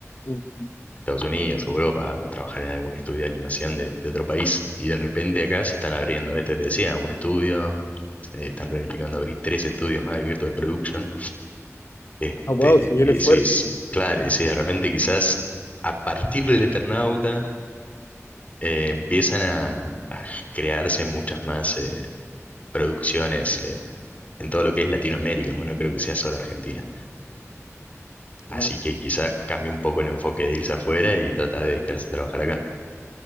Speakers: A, on the left (about 65°); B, on the left (about 30°).
A: Mm.
B: a Estados Unidos o Europa, o trabajar en algún estudio de animación de, de otro país, y de repente acá se están abriendo, este te decía, un estudio, eh, están planificando abrir tres estudios más de Virtual Production, este,
A: Ah, wow, se
B: y
A: viene fuerte.
B: decís, claro, y decís, de repente quizás... A partir del Eternauta, eh, empiezan a, a crearse muchas más eh, producciones eh, en todo lo que es Latinoamérica, bueno, no creo que sea solo Argentina.
A: Wow.
B: Así que quizás cambie un poco el enfoque de irse afuera y tratar de quedarse a trabajar acá.